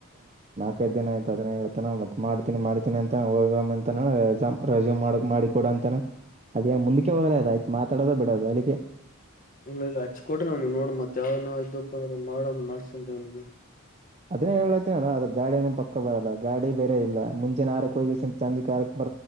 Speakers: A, on the right; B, on the left.
A: ಕ ಇದ್ದೀನ ಆಯ್ತ ಅದೇ ಹೇಳ್ತಾನ ಮತ್ ಮಾಡ್ತೀನಿ ಮಾಡತನಿ ಅಂತ ಹೋಗಂತೆಸ್ಯೂ ಮಾಡಿಕ ಕೊಡ ಅಂತಾನ ಅದ ಮುಂದ್
B: ಹೌದ್ರಿ
A: ಹೋಗ್ಲ ಅದ ಆಯ್ತ ಮಾತಾಡೋದ ಬಿಡೋದು ಅಲ್ಲಿಕ್ಕೆ
B: ಇಲ್ಲ ಇಲ್ಲ ಹಚ್ಚಿ ಕೊಟ್ರಿ ಅವ್ನಿಗೆ ನೋಡ್ ಮತ್ ಯಾವನಾವ ಇದಪ್ಪ ಅಂದ್ರ ಮಾಡ ಮಾಡ್ಸನ್ ಅವ್ಗೆ
A: ಅದನ್ನೇ ಹೇಳಳ್ತನ ಅದ ಗಾಡ ಪಕ್ಕ ಬರಲ್ಲ ಗಾಡಿ ಬೇರೆ ಇಲ್ಲ ಮುಂಚೆ ನಾರಕ್ ಹೋಗಿ ಸಂಜೆ ಕಕ್